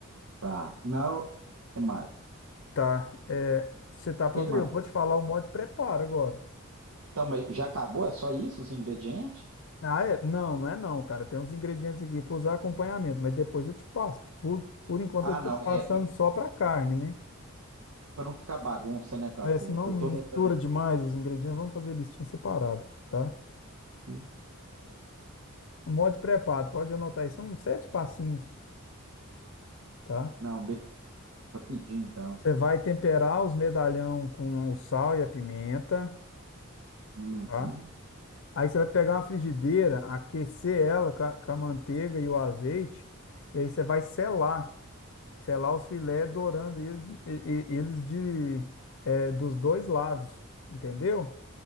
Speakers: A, on the right (about 85°); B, on the left (about 60°).
A: Tá. Não. O que mais?
B: Tá. é, você tá pronto?
A: que mais?
B: aí? Eu vou te falar o modo de preparo agora.
A: Então, mas já acabou? É só isso os ingredientes?
B: Ah, é? Não, não é não, cara. Tem uns ingredientes aqui para usar acompanhamento, mas depois eu te passo. Por, por enquanto
A: Ah,
B: eu tô
A: não.
B: te passando
A: É para
B: só para carne, né?
A: não ficar bagunça, né? Tá
B: Mas
A: certo.
B: se não
A: Eu
B: mistura
A: tô anotando aqui.
B: demais os ingredientes, vamos fazer listinha separada, tá?
A: Hum.
B: O modo de preparo, pode anotar aí, são sete passinhos, tá?
A: Não, be- rapidinho então.
B: Você vai temperar os medalhão com o sal e a pimenta.
A: Uhum.
B: tá? Aí você vai pegar uma frigideira, aquecer ela com a, com a manteiga e o azeite, e aí você vai selar, selar os filés, dourando eles, e- e- eles de, é, dos dois lados, entendeu?